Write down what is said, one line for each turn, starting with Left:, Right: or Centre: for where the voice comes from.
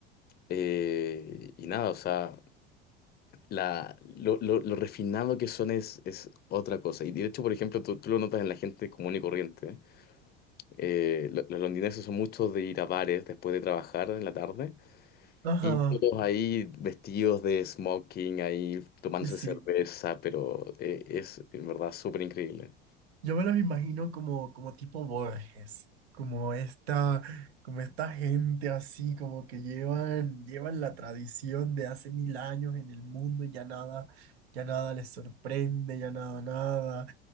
Left: eh, y nada, o sea... La, lo, lo- lo refinado que son es, es otra cosa. Y de hecho, por ejemplo, tú, tú lo notas en la gente común y corriente. Eh, lo- los londinenses son muchos de ir a bares después de trabajar en la tarde.
Right: Ajá.
Left: Y todos ahí vestidos de smoking, ahí tomándose
Right: Y sí,
Left: cerveza, pero eh, es en verdad súper increíble.
Right: Yo me los imagino como, como tipo Borges, como esta, como esta gente así, como que llevan, llevan la tradición de hace mil años en el mundo y ya nada, ya nada les sorprende, ya nada, nada.